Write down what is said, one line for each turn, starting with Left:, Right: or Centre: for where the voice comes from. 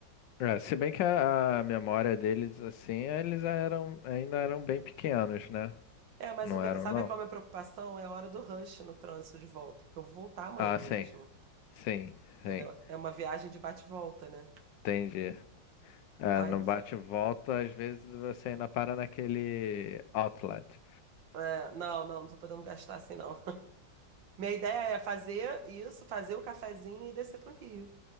Left: é, se bem que a, a memória deles, assim, eles eram, ainda eram bem pequenos, né?
Right: É, mas
Left: Não
Right: o me-
Left: eram,
Right: sabe
Left: não?
Right: qual é a minha preocupação? É a hora do rush no trânsito de volta, porque eu vou voltar amanhã
Left: Ah, sim,
Right: mesmo,
Left: sim,
Right: entendeu?
Left: sim.
Right: É uma viagem de bate e volta, né?
Left: Entendi. É,
Right: Aí
Left: no
Right: eu vou.
Left: bate-volta,
Right: fa-
Left: às vezes você ainda para naquele outlet.
Right: É, não, não, não tô podendo gastar assim, não. <laughs> Minha ideia é fazer isso, fazer o cafezinho e descer pro Rio.